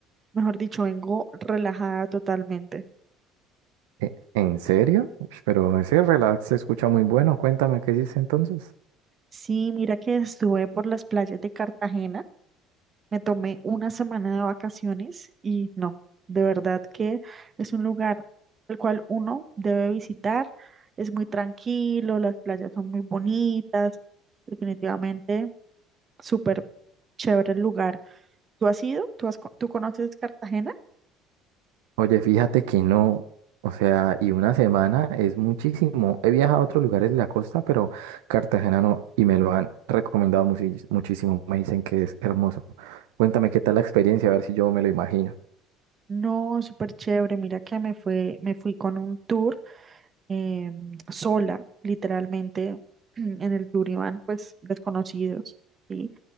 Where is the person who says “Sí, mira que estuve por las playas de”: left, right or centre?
Right